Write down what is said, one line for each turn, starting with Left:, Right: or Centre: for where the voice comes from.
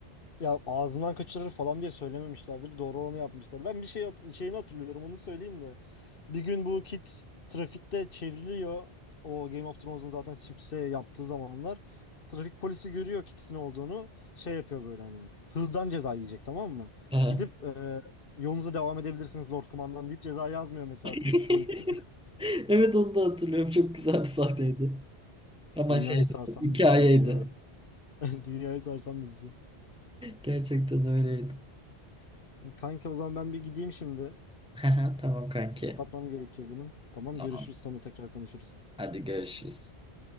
Left: Ya ağzından kaçırır falan diye söylememişlerdir. Doğru olanı yapmışlar. Ben bir şey hat- şeyini hatırlıyorum. Onu söyleyeyim de. Bir gün bu Kit trafikte çevriliyor. O Game of Thrones'un zaten sükse yaptığı zamanlar. Trafik polisi görüyor Kit'in olduğunu. Şey yapıyor böyle hani. Hızdan ceza yiyecek tamam mı?
Centre: <laughs>
Left: Gidip e, yolunuza devam edebilirsiniz Lord Kumandan deyip ceza yazmıyor mesela
Centre: <laughs>
Left: trafik polisi.
Centre: Evet onu da hatırlıyorum. Çok güzel bir sahneydi.
Left: <laughs>
Centre: Ama
Left: Dünyayı
Centre: şeydi,
Left: sarsan
Centre: hikayeydi.
Left: bir diziydi ya. <laughs> Dünyayı sarsan bir dizi.
Centre: Gerçekten öyleydi.
Left: Kanka o zaman ben bir gideyim şimdi.
Centre: <laughs> Tamam kanki.
Left: Kapatmam gerekiyor benim. Tamam
Centre: Tamam.
Left: görüşürüz sonra tekrar konuşuruz.
Centre: Hadi görüşürüz.